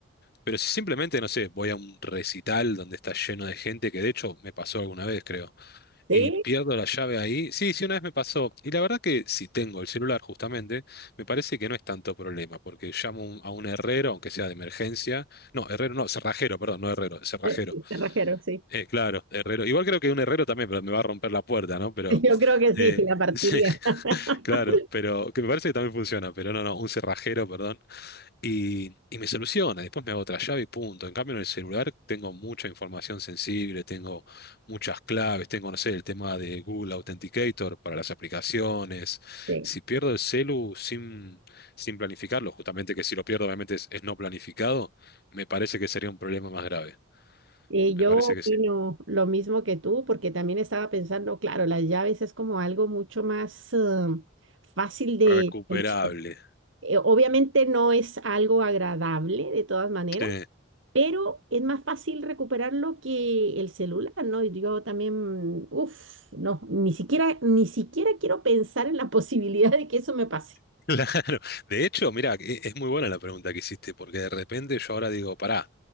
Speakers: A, on the left (about 50°); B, on the right (about 70°).
A: Pero si simplemente, no sé, voy a un recital donde está lleno de gente, que de hecho me pasó alguna vez, creo
B: Sí,
A: y pierdo la llave ahí. Sí, sí, una vez me pasó. Y la verdad que si tengo el celular justamente, me parece que no es tanto problema, porque llamo un- a un herrero, aunque sea de emergencia. No, herrero no, cerrajero, perdón, no herrero, cerrajero.
B: eh, sí, cerrajero, sí.
A: Eh, claro, herrero. Igual creo que un herrero también, pero me va a romper la puerta, ¿no? Pero,
B: <laughs> Yo creo que sí,
A: eh,
B: sí, la partiría.
A: <laughs> sí,
B: <laughs>
A: claro, pero que me parece que también funciona, pero no, no, un cerrajero, perdón. Y, y me soluciona, después me hago otra llave y punto. En cambio, en el celular tengo mucha información sensible, tengo muchas claves, tengo, no sé, el tema de Google Authenticator para las aplicaciones.
B: Sí.
A: Si pierdo el celu sin, sin planificarlo, justamente que si lo pierdo obviamente es, es no planificado, me parece que sería un problema más grave.
B: Eh, yo
A: Me parece
B: opino
A: que sí.
B: lo mismo que tú, porque también estaba pensando, claro, las llaves es como algo mucho más eh, fácil de...
A: Recuperable.
B: solucionar. eh, obviamente no es algo agradable de todas maneras,
A: Sí,
B: pero es más fácil recuperarlo que el celular, ¿no? Y Yo también, uff, no, ni siquiera, ni siquiera quiero pensar en la <laughs> posibilidad de que eso me pase.
A: <laughs> claro. De hecho, mira, es muy buena la pregunta que hiciste, porque de repente yo ahora digo, pará.